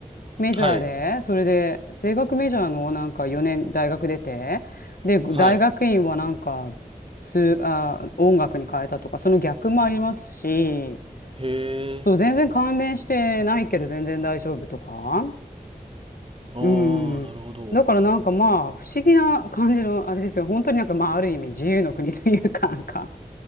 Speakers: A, on the left; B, on the right.
A: メジャーで、
B: はい。
A: それで声楽メジャーのなんか4年大学出て、で、大学院はなんか、
B: はい。
A: 数、あ、音楽に変えたとか、その逆もありますし、
B: へえ。
A: そう、全然関連してないけど全然大丈夫とか。
B: ああ、
A: うん。
B: なるほど。
A: だからなんかまあ、不思議な感じの、あれですよ。本当になんかまあ、ある意味自由の国というか、なんか、